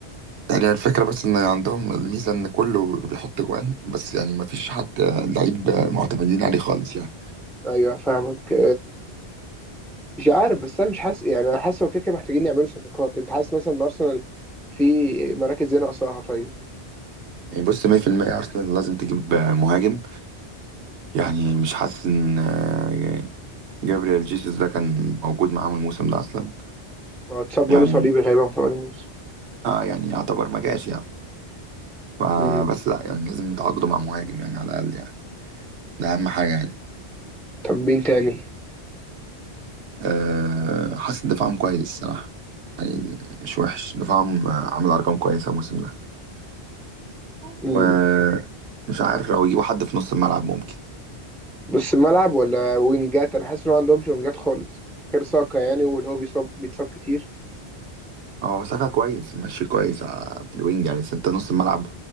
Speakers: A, on the right (about 80°); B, in the centre.
A: يعني الفكرة بس ان عندهم الميزة ان كله بيحط جوان بس يعني ما فيش حد لعيب معتمدين عليه خالص يعني
B: ايوه فاهمك مش عارف بس انا مش حاسس يعني انا حاسس هو كده كده محتاجين يعملوا صفقات انت حاسس مثلا ان ارسنال في مراكز ايه ناقصاها طيب
A: يعني بص 100% ارسنال لازم تجيب مهاجم يعني مش حاسس ان آه، جابريال جيسوس ده كان موجود معاهم الموسم ده اصلا
B: ما هو اتصاب
A: يعني
B: جاله صليبي غالبا في اول موسم
A: اه يعني يعتبر ما جاش يعني فبس
B: أمم.
A: لا يعني لازم يتعاقدوا مع مهاجم يعني على الأقل يعني ده أهم حاجة يعني
B: طب مين تاني
A: أه حاسس إن دفاعهم كويس صراحة يعني مش وحش دفاعهم آه، عامل أرقام كويسة الموسم ده ومش
B: أمم.
A: عارف لو يجيبوا حد في نص الملعب ممكن
B: نص الملعب ولا وينجات انا حاسس ان هو ما عندهمش وينجات خالص غير ساكا يعني واللي هو بيصاب بيتصاب كتير
A: اه ساكا كويس ماشي كويس ع- في الوينج يعني بس انت نص الملعب